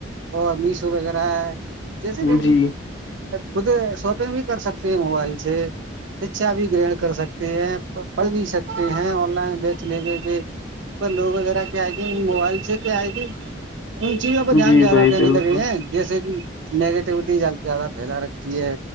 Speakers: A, on the right (about 70°); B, on the left (about 75°).
A: اور میشو وغیرہ ہے جیسے کہ
B: جی
A: خود شاپنگ بھی کر سکتے ہیں موبائل سے شکھا بھی گرہن کر سکتے ہیں پڑھ بھی سکتے ہیں آن لائن بیچ لے کے کے پر لوگ وغیرہ کیا آئے گے موبائل سے کیا آئے گی ان چیزوں پہ دھیان
B: جی
A: زیادہ
B: بھائی
A: دینے
B: بالکل
A: لگے ہیں جیسے کہ نیگیٹیوٹی جل زیادہ پھیلا رکھی ہے